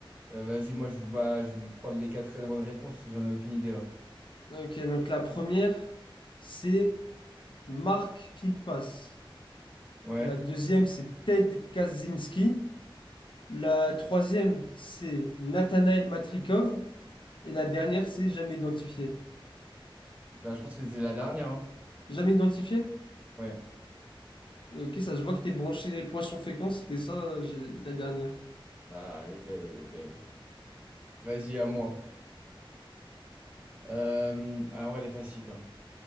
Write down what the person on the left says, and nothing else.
Ok, donc la première, c'est Mark Pimpas.
La deuxième, c'est Ted Kaczynski. La troisième, c'est Nathanaël Matrikov. Et la dernière, c'est jamais identifié.
Jamais identifié?
Ok, ça se voit que t'es branché poisson fécond, c'était ça euh, je- la dernière.